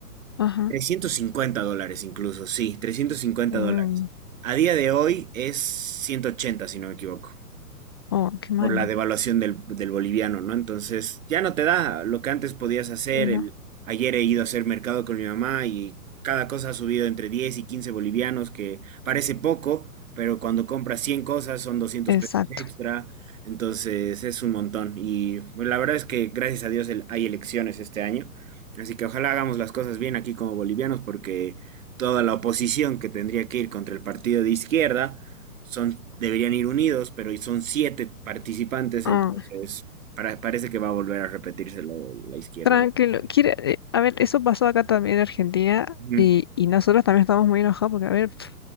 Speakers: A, on the left; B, on the right.
A: Ajá.
B: 350 dólares incluso, sí, trescientos cincuenta
A: Mm,
B: dólares. A día de hoy es 180 si no me equivoco
A: Oh, qué mal.
B: por la devaluación del, del boliviano, ¿no? Entonces, ya no te da lo que antes podías hacer.
A: Sí,
B: El,
A: no.
B: ayer he ido a hacer mercado con mi mamá y cada cosa ha subido entre 10 y 15 bolivianos, que parece poco, pero cuando compras 100 cosas son doscientos
A: Exacto.
B: pesos extra. Entonces, es un montón. Y bueno, la verdad es que, gracias a Dios, el- hay elecciones este año. Así que ojalá hagamos las cosas bien aquí como bolivianos, porque toda la oposición que tendría que ir contra el partido de izquierda son, deberían ir unidos, pero son siete participantes,
A: Ah,
B: entonces para- parece que va a volver a repetirse lo de la izquierda,
A: tranquilo.
B: ¿no?
A: Quiere, eh, a ver, eso pasó acá también en Argentina
B: Ujú,
A: y, y nosotros también estamos muy enojados porque, a ver, pf,